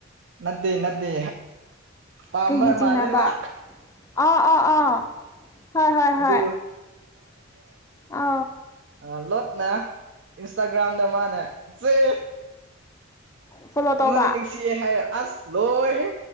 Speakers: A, on the right (about 60°); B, on the left (about 15°).
A: ꯅꯠꯇꯦ ꯅꯠꯇꯦ ꯄꯥꯝꯕ
B: ꯀꯩꯒꯤ ꯆꯤꯡꯅꯕ
A: ꯃꯥꯜꯂꯦꯕ
B: ꯑꯥ ꯑꯥ ꯑꯥ ꯍꯣꯏ ꯍꯣꯏ
A: ꯑꯗꯨ
B: ꯍꯣꯏ ꯑ
A: ꯑ ꯂꯣꯠꯅ ꯏꯟꯁꯇꯥꯒ꯭ꯔꯥꯝꯗ ꯃꯥꯅ ꯏꯆꯦ
B: ꯐꯣꯂꯣ ꯇꯧꯕ
A: ꯅꯉꯣꯟꯗ ꯅꯤꯡꯁꯤꯑꯦ ꯍꯥꯏꯔꯦ ꯑꯁ ꯂꯣꯏꯔꯦ